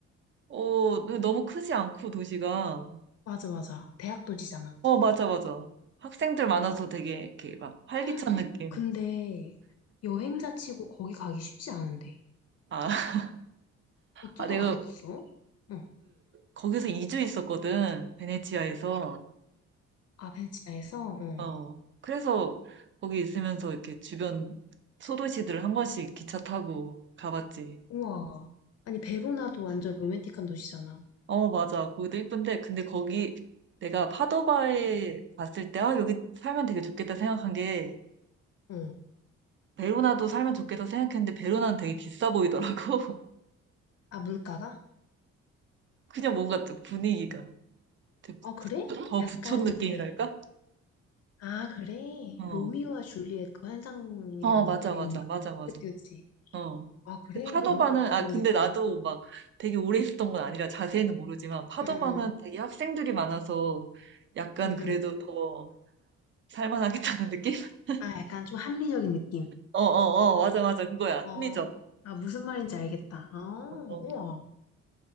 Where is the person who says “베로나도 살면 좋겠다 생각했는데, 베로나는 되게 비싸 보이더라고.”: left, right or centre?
Right